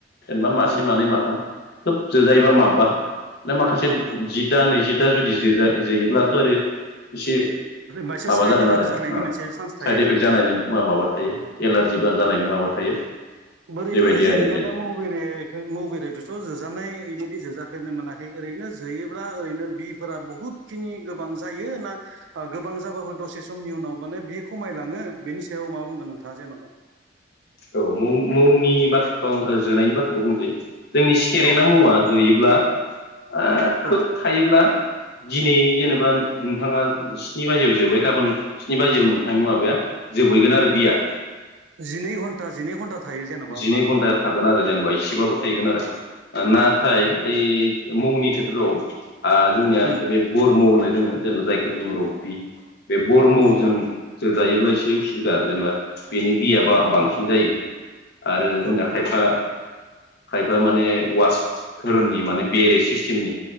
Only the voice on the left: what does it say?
जेनेबा मासे
मानै माथाम
खोब जोजायोबा माबबा
ना माखासे
जिदा नैजि दा जुदि जोयोब्लाथ' आरो एसे
माबा
जागोन
आरो
साइड इफेक्ट
जानायनि
माबा थायो
एलारजि जानायनि माबा थायो।
बेबायदि
आरो
औ मुंनि बाथ्राखौ आं जोनायनि बाथ्राखौ बुंसै। जोंनि सेरेना
मुवा जोयोब्ला आ खोब
थायोब्ला दिनै जेनेबा नोंथाङा स्नि बाजियाव जोब्बाय गाबोन स्नि बाजियाव नोंथांनि माबाया जोबहैगोन आरो बिया
जिनै
घन्टा थागोन आरो जेनेबा एसेबाबो
थाहगोन
आरो
नाथाय
ओइ मौनि खेथ्रआव आ जोंनिया
नैबे बर्म होननाय दोङो जेनेबा जायखौ जोङो रग्बि बे बरमौजों
जोजायोब्ला एसे उसुबिदा आरो जेनेबा बेनि बियाबा बांसिन
जायो
आरो जोंना
खायफा खायफा माने वास धोरोननि माने बेरे सिस्टेमनि